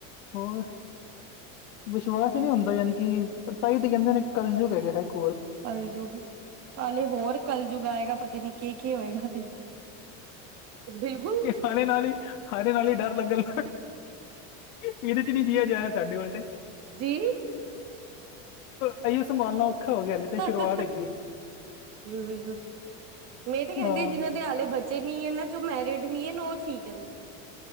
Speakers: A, on the left; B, on the right.
A: ਹੋਰ ਵਿਸ਼ਵਾਸ
B: ਹਾਂਜੀ
A: ਹੀ ਨਹੀਂ ਹੁੰਦਾ ਯਾਨੀ ਕਿ। ਤਾਈ ਤੇ ਕਹਿੰਦੇ ਨੇ ਕਲਯੁੱਗ ਹੈ ਗਿਆ ਇਕ।
B: ਕਲਯੁਗ ਹੇ ਹੋਰ ਕਲਯੁਗ ਆਏਗਾ ਪਤਾ ਨੀ ਕਿ ਕੀ ਹੋਏਗਾ। ਤੇ ਬਿਲਕੁਲ
A: ਹਲੇ ਨਾਲ ਹੀ ਹਲੇ ਨਾਲ ਹੀ ਡਰ ਲੱਗਣ। ਇਹਦੇ ਚ ਨੀ ਜਹਾ ਜਾ ਰਿਹਾ ਸਾਡੇ ਕੋਲ ਤੇ।
B: ਜੀ।
A: ਅਸੀ ਸੰਭਾਲਣਾ ਔਖਾ ਹੋ ਗਿਆ ਹਲੇ ਤੇ
B: ਬਿਲਕੁਲ
A: ਸ਼ੁਰੂਆਤ ਹੈਗੀ।
B: ਬਿਲਕੁਲ ਮੈਂ ਤੇ ਕਹਿੰਦੀ
A: ਹਾਂ
B: ਜਿਹਨਾਂ ਦੇ ਆਲੇ ਬੱਚੇ। ਬੱਚੇ ਨੀ ਹੈ ਨਾ ਜੋ ਮੈਰਿਡ ਨੀ ਹੈ ਨਾ ਉਹ ਠੀਕ ਹੈ